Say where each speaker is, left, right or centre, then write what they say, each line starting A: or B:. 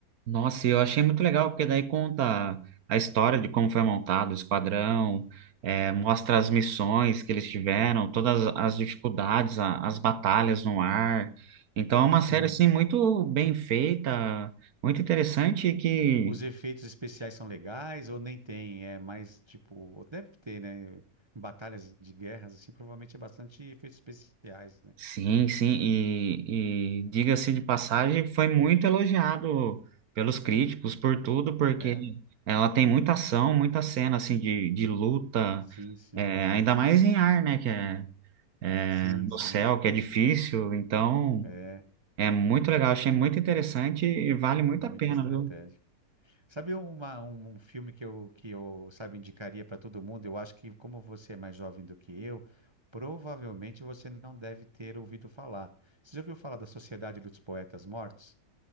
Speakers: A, on the right (about 65°); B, on the right (about 25°).
A: Nossa, e eu achei muito legal, porque daí conta a história de como foi montado o esquadrão, eh, mostra as missões que eles tiveram, todas as dificuldades, a- as batalhas no ar. Então é uma
B: Sim.
A: série, assim, muito bem feita, muito interessante e que,
B: Os efeitos especiais são legais ou nem tem? É mais tipo, ou deve ter, né? Em Batalhas de guerras, assim, provavelmente é bastante efeitos especiais, né?
A: sim, sim, e, e diga-se de passagem, foi muito elogiado pelos críticos por tudo, porque
B: É?
A: ela tem muita ação, muita cena, assim, de, de luta,
B: Sim, sim.
A: eh, ainda mais em ar, né, que é é,
B: Sim,
A: no
B: sim.
A: céu, que é difícil. Então,
B: É,
A: é muito legal, achei muito interessante e vale muito
B: é muita
A: a pena,
B: estratégia.
A: viu?
B: Sabe uma, um um filme que eu, que eu, sabe, indicaria para todo mundo? Eu acho que, como você é mais jovem do que eu, provavelmente você não deve ter ouvido falar. Você já ouviu falar da Sociedade dos Poetas Mortos?